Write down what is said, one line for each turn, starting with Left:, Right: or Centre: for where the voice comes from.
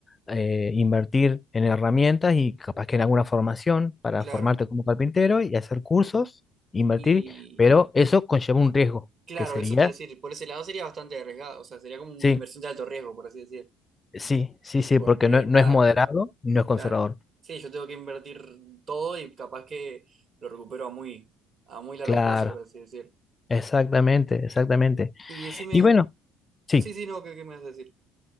Left: eh, invertir en herramientas y capaz que en alguna formación para
Right: Claro.
Left: formarte como carpintero y hacer cursos, invertir,
Right: Y
Left: pero eso conlleva un riesgo,
Right: claro,
Left: que sería,
Right: eso te iba a decir, por ese lado sería bastante arriesgado, o sea, sería como una
Left: sí,
Right: inversión de alto riesgo, por así decir.
Left: sí, sí, sí,
Right: Porque
Left: porque no,
Right: está,
Left: no es moderado y no es conservador.
Right: claro. Sí, yo tengo que invertir todo y capaz que lo recupero a muy, a muy largo
Left: Claro,
Right: plazo, por así decir.
Left: exactamente, exactamente.
Right: Y decime,
Left: Y bueno, sí.
Right: sí, sí, no, ¿qué, qué me vas a decir?